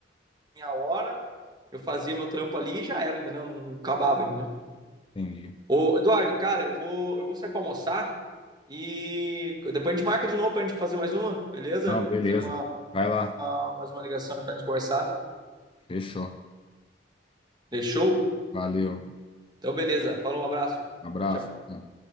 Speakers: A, on the right; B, on the left.
A: minha hora, eu fazia meu trampo ali e já era, ainda não, não acabava ainda, né?
B: Entendi.
A: Ô, Eduardo, cara, eu vou, eu vou sair pra almoçar e depois a gente marca de novo pra gente fazer mais uma, beleza?
B: Não, beleza.
A: Fazer uma,
B: Vai lá.
A: uma- mais uma ligação pra gente conversar.
B: Fechou.
A: Fechou?
B: Valeu.
A: Então, beleza. Falou, um abraço.
B: Abraço.
A: Tchau, tchau.
B: Tchau.